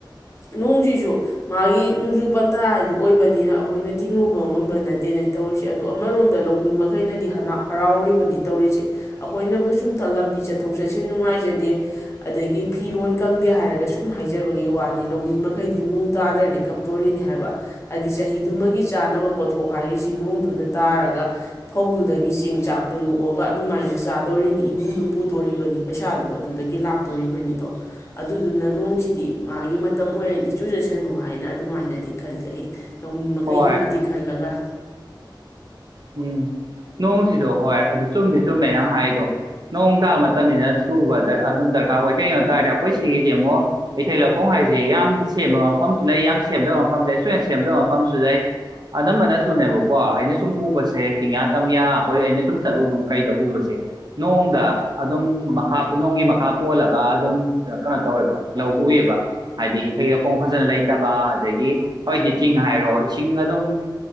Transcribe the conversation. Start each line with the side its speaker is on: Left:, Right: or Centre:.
Left: ꯅꯣꯡꯁꯤꯁꯨ ꯃꯥꯒꯤ ꯅꯣꯡꯖꯨ ꯄꯟꯊꯥ ꯍꯥꯏꯗꯨ ꯑꯣꯏꯕꯅꯤꯅ ꯑꯩꯈꯣꯏꯅ ꯊꯤꯡꯉꯨꯕ ꯉꯝꯕ ꯅꯠꯇꯦꯅꯦ ꯇꯧꯔꯤꯁꯦ ꯑꯗꯣ ꯑꯃꯔꯣꯝꯗ ꯂꯧꯃꯤ ꯃꯈꯩꯅꯗꯤ ꯍꯔꯥꯎꯔꯤꯕꯅꯤ ꯇꯧꯔꯤꯁꯦ ꯑꯩꯈꯣꯏꯅꯕꯨ ꯁꯨꯝ ꯂꯝꯕꯤ ꯆꯠꯊꯣꯛ ꯆꯠꯁꯤꯟ ꯅꯨꯡꯉꯥꯏꯖꯗꯦ ꯑꯗꯒꯤ ꯐꯤꯔꯣꯜ ꯀꯪꯗꯦ ꯍꯥꯏꯔꯒ ꯁꯨꯝ ꯍꯥꯏꯖꯕꯒꯤ ꯋꯥꯅꯤ ꯂꯧꯃꯤ ꯃꯈꯩꯗꯤ ꯅꯣꯡ ꯇꯥꯗ꯭ꯔꯗꯤ ꯀꯞꯇꯣꯔꯤꯅꯤ ꯍꯥꯏꯕ ꯍꯥꯏꯗꯤ ꯆꯍꯤꯗꯨꯃꯒꯤ ꯆꯥꯅꯕ ꯄꯣꯠꯊꯣꯛ ꯍꯥꯏꯔꯤꯁ ꯁꯤ ꯅꯣꯡꯗꯨꯅ ꯇꯥꯔꯒ ꯐꯧꯗꯨꯗꯒꯤ ꯆꯦꯡ ꯆꯥꯛꯇꯣ ꯂꯣꯛꯑꯒ ꯑꯗꯨꯃꯥꯏꯅ ꯆꯥꯗꯣꯔꯤꯅꯤ ꯏꯃꯨꯡꯗꯨ ꯄꯨꯗꯣꯔꯤꯕꯅꯤ ꯄꯩꯁꯥꯗꯣ ꯑꯗꯨꯗꯒꯤ ꯂꯥꯛꯇꯣꯔꯤꯕꯅꯤꯗꯣ ꯑꯗꯨꯗꯨꯅ ꯅꯣꯡꯁꯤꯗꯤ ꯃꯥꯒꯤ ꯃꯇꯝ ꯑꯣꯏꯔꯗꯤ ꯆꯨꯖꯁꯅꯨ ꯍꯥꯏꯅ ꯑꯗꯨꯃꯥꯏꯅꯗꯤ ꯈꯜꯂꯤ ꯑꯩ ꯂꯧꯃꯤ ꯃꯈꯩꯒꯤꯕꯨꯗꯤ
Right: ꯍꯣꯏ
Left: ꯈꯜꯂꯒ
Right: ꯎꯝ ꯅꯣꯡꯁꯤꯁꯨ ꯍꯣꯏ ꯑꯗꯨ ꯆꯨꯝꯗꯤ ꯆꯨꯝꯃꯦ ꯅꯪ ꯍꯥꯏꯗꯣ ꯅꯣꯡ ꯇꯥꯕ ꯃꯇꯝꯅꯤꯅ ꯆꯨꯕꯗ ꯑꯗꯨꯝ ꯗꯔꯀꯥꯔ ꯑꯣꯏ ꯀꯩꯒꯤꯅꯣ ꯇꯥꯔꯗꯤ ꯑꯩꯈꯣꯏ ꯁꯤꯒꯤꯗꯤ ꯑꯃꯨꯣ ꯏꯊꯩ ꯂꯧꯈꯣꯡ ꯍꯥꯏꯁꯦ ꯌꯥꯝ ꯁꯦꯝꯕ ꯃꯐꯝꯁꯨ ꯂꯩ ꯌꯥꯝ ꯁꯦꯝꯗꯕ ꯃꯐꯝ ꯂꯩ ꯁꯣꯏꯗꯅ ꯁꯦꯝꯗꯕ ꯃꯐꯝꯁꯨ ꯂꯩ ꯑꯅꯝꯕꯅꯁꯨꯨꯅꯦꯕꯀꯣ ꯑꯩꯅ ꯁꯨꯝ ꯎꯕꯁꯦ ꯆꯤꯡꯌꯥ ꯇꯝꯌꯥ ꯑꯩꯈꯣꯏ ꯑꯩꯅ ꯁꯨꯝ ꯆꯠꯂꯨꯕ ꯃꯈꯩꯗ ꯎꯕꯁꯦ ꯅꯣꯡꯗ ꯑꯗꯨꯝ ꯃꯈꯥ ꯅꯣꯡꯒꯤ ꯃꯈꯥ ꯄꯣꯜꯂꯒ ꯑꯗꯨꯝ ꯀꯩꯅꯣ ꯇꯧꯋꯦꯕ ꯂꯧ ꯎꯑꯦꯕ ꯍꯥꯏꯗꯤ ꯏꯊꯩ ꯂꯧꯈꯣꯡ ꯐꯖꯅ ꯂꯩꯇꯕ ꯑꯗꯒꯤ ꯍꯧꯖꯤꯛꯇꯤ ꯆꯤꯡ ꯍꯥꯏꯔꯣ ꯏꯁꯤꯡ ꯑꯗꯨꯝ